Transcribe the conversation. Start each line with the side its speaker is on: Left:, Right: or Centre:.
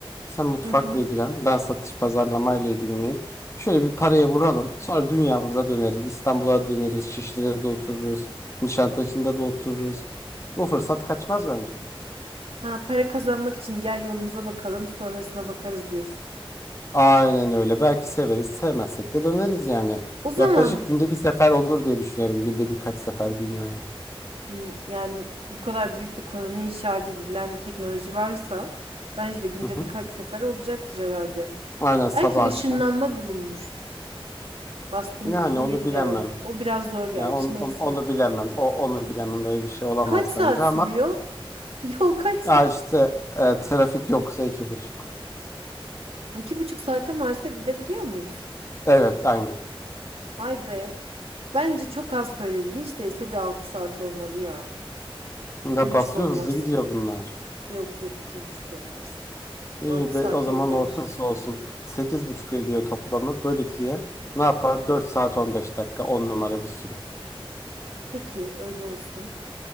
Left: Sen mutfakla
Right: Hı hı.
Left: ilgilen, ben satış pazarlamayla ilgileneyim. Şöyle bir paraya vuralım. Sonra dünyamıza döneriz. İstanbul'a döneriz. Şişli'de de otururuz. Nişantaşı'nda da otururuz. Bu fırsat kaçmaz bence.
Right: Ha, para kazanmak için gel yolumuza bakalım, sonrasına bakarız diyorsun. <clears throat>
Left: Aynen öyle. Belki severiz, sevmezsek de döneriz yani.
Right: O zaman
Left: Yaklaşık günde bir sefer olur diye düşünüyorum. Günde birkaç sefer dünyaya.
Right: gün yani bu kadar büyük bir koloni inşa edilen teknoloji varsa bence de günde
Left: Hı hı.
Right: birkaç sefer olacaktır herhalde.
Left: Aynen sabah
Right: Belki ışınlanma
Left: akşam.
Right: bulunmuştur. Bastın
Left: Yani
Right: gittin
Left: onu
Right: geri
Left: bilemem.
Right: geldin. O biraz zor gerçi
Left: Yani on,
Right: neyse.
Left: on- onu bilemem. O onu bilemem. Böyle bir şey olamaz
Right: Kaç saat
Left: bence ama
Right: sürüyor? <laughs> Yol kaç saat?
Left: ya işte e, trafik yoksa iki buçuk.
Right: İki buçuk saate Mars'a gidebiliyor muyuz?
Left: Evet, aynı.
Right: Vay be. Bence çok az söyledin. Hiç değilse bir altı saat olmalı ya.
Left: Ne
Right: İki buçuk
Left: basıyor
Right: olmaz.
Left: hızlı gidiyor bunlar.
Right: Yok yok iki buçuk olmaz.
Left: İyi
Right: Altı
Left: be
Right: saate
Left: o zaman
Right: gider.
Left: ortası olsun. sekiz buçuk ediyor toplamı. Böl ikiye ne yapar? dört saat on beş dakika 10 numara bir süre.
Right: Peki öyle olsun.